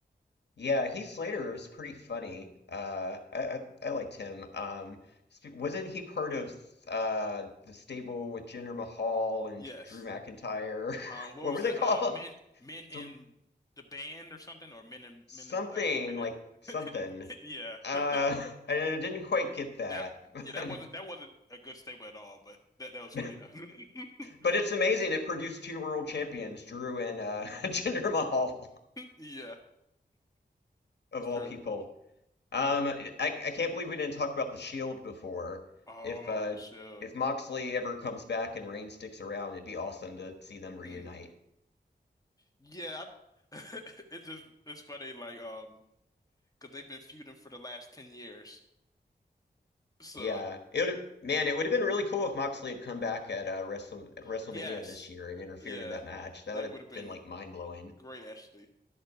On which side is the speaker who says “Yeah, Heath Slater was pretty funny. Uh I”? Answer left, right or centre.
Left